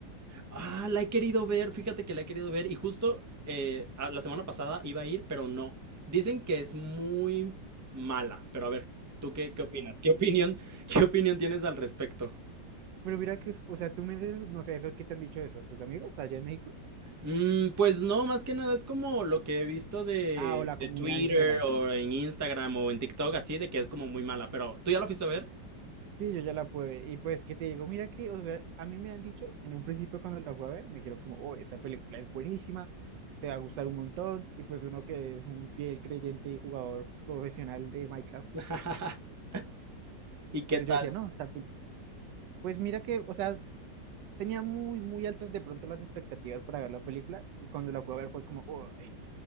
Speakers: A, on the right (about 20°); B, on the right (about 80°).
A: Ah, la he querido ver, fíjate que la he querido ver y justo eh, a- la semana pasada iba a ir, pero no. Dicen que es muy mala, pero a ver, ¿tú qué, qué opinas? ¿Qué opinión, <laughs> qué opinión tienes al respecto?
B: Pero mira que, o sea, tú me dices, no sé, eso, ¿qué te han dicho eso? ¿Tus amigos allá en México?
A: Mm, pues no, más que nada es como lo que he visto de,
B: Ah, o Sí. la
A: de
B: comunidad
A: Twitter
B: en general.
A: o en Instagram o en TikTok, así de que es como muy mala, pero ¿tú ya lo fuiste a ver?
B: Sí, yo ya la pude ver. Y pues, ¿qué te digo? Mira que, o sea, a mí me han dicho, en un principio cuando la fui a ver, me dijeron como, oh, esa película es buenísima, te va a gustar un montón. Y pues uno que es un fiel creyente y jugador profesional de Minecraft.
A: <laughs> ¿Y qué
B: Entonces
A: tal?
B: yo decía, no, o sea, pu- pues mira que, o sea, tenía muy, muy altas de pronto las expectativas para ver la película. Y cuando la fui a ver fue como, oh,